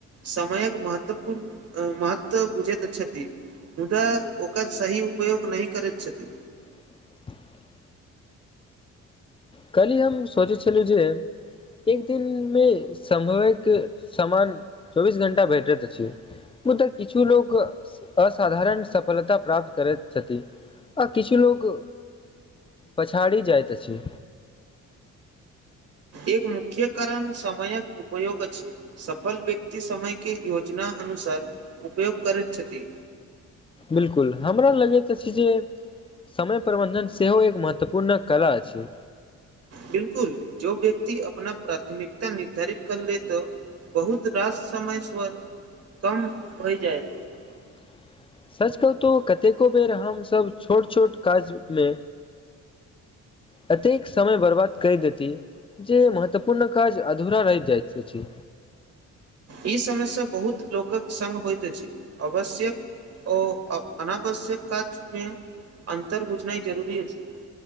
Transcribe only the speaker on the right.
समयक महत्वपूर्ण महत्व बुजैथ छथि मुदा ओकर सही उपयोग नहि करैत छथि
एक मुख्य कारण समैयक उपयोग अछि सफल व्यक्ति समय के योजना अन उपयोग करैत छथि
बिल्कुल जो व्यक्ति अपना प्राथमिकता निर्धारित कर ले तऽ बहुत रास समय स कम भय जायत
ई समस्या बहुत लोकक संगङ्ग होइत अछि आवश्यक ओ अनावश्यक काज मे अंतर बुझनैय जरूरी अछि